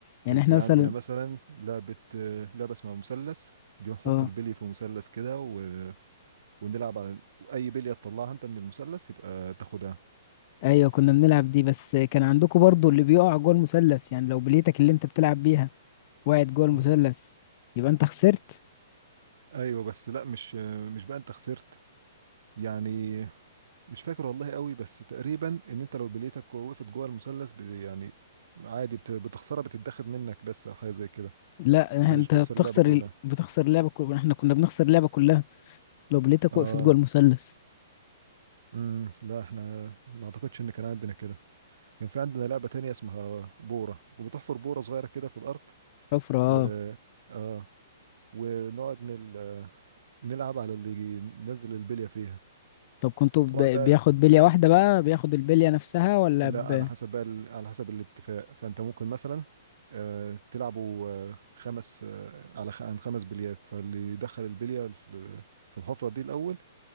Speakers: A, on the left; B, on the right.
A: يعني
B: كان في
A: احنا مثلا
B: عندنا مثلا لعبه لعبه اسمها مثلث دي بنحط
A: اه
B: البلي في مثلث كده و... ونلعب على اي بليه تطلعها انت من المثلث يبقى تاخدها
A: ايوه كنا بنلعب دي بس كان عندكم برضو اللي بيقع جوه المثلث يعني لو بليتك اللي انت بتلعب بيها وقعت جوه المثلث
B: مم.
A: يبقى انت خسرت
B: ايوه بس لا مش مش بقى انت خسرت يعني مش فاكر والله قوي بس تقريبا ان انت لو بليتك وقفت جوه المثلث ب- يعني عادي بت- بتخسرها بتتاخد منك بس او حاجه زي كده
A: لا
B: انا
A: انت
B: مش بتخسر
A: بتخسر
B: اللعبه كلها
A: ال... بتخسر اللعبه كلها احنا كنا بنخسر اللعبه كلها لو بليتك
B: اه
A: وقفت جوه المثلث
B: امم لا احنا ما اعتقدش ان كان عندنا كده كان في عندنا لعبه تانية اسمها بوره وبتحفر بوره صغيره كده في الارض
A: حفره اه
B: و اه ونقعد نل... نلعب على اللي ينزل البليه فيها
A: طب كنتوا ب...
B: طبعا
A: بياخد
B: ده
A: بليه واحده بقى بياخد البليه نفسها ولا
B: لا
A: ب...
B: على حسب بقى ال- على حسب الاتفاق فانت ممكن مثلا آه، تلعبوا آه، خمس آه، على خ- عن خمس بليات فاللي يدخل البليه ال- في الحفره دي الاول